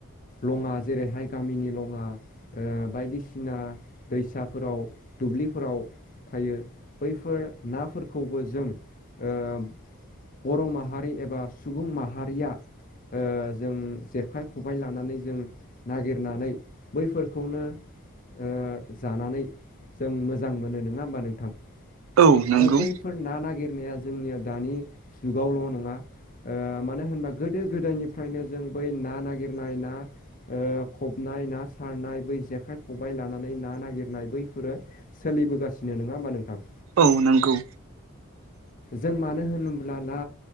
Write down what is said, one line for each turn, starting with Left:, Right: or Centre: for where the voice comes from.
Left: लङा जेरैहाय गामिनि लङा ओ बायदिसिना दैसाफोराव दुब्लिफोराव थायो बैफोर नाफोरखौबो जों ओ बर' माहारि एबा सुबुं माहारिया ओ जों जेखाइ खबबाय लानानै जों नागिरनानै बैफोरखौनो ओ जानानै जों मोजां मोनो नङा होमबा नोंथां
Right: औ नंगौ
Left: आरो बै फोर ना नागिरनाया जोंनिया दानि जुगावल' नङा ओ मानो होनबा गोदो गोदायनिफ्रायनो जों बै ना नागिरनाय ना ओ खबनाय ना सारनाय बै जेखाइ खबाइ लानानै ना नागिरनाय बैफोरो सोलिबोगासिनो नङा होमबा नोंथां
Right: औ नंगौ
Left: जों मानो होनोब्ल ना